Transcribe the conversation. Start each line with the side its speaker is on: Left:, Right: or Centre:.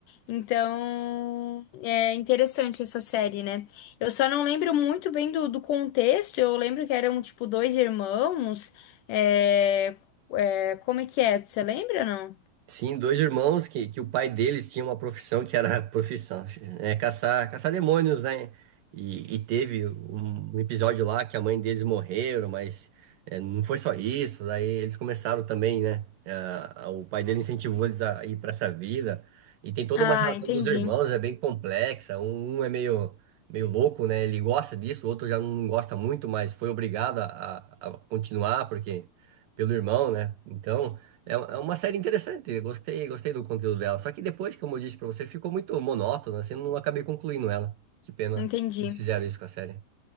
Left: Então, é interessante essa série, né? Eu só não lembro muito bem do, do contexto, eu lembro que eram, tipo, dois irmãos, é, é, como é que é? Você lembra, não?
Right: Sim, dois irmãos que, que o pai deles tinha uma profissão que era <laughs> profissão, é, caçar, caçar demônios, né? E, e teve um, um episódio lá que a mãe deles morreram, mas é, não foi só isso. Daí eles começaram também, né? Ah, o pai dele incentivou eles a ir para essa vida. E tem toda
Left: Ah,
Right: uma relação
Left: entendi,
Right: dos irmãos, é bem complexa. Um, um é meio, meio louco, né? Ele gosta disso, o outro já não gosta muito, mas foi obrigado a, a a continuar, porque pelo irmão, né? Então. É é uma série interessante, gostei, gostei do conteúdo dela. Só que depois, como eu disse pra você, ficou muito monótono, assim, não acabei concluindo ela. Que pena
Left: entendi.
Right: eles fizeram isso com a série.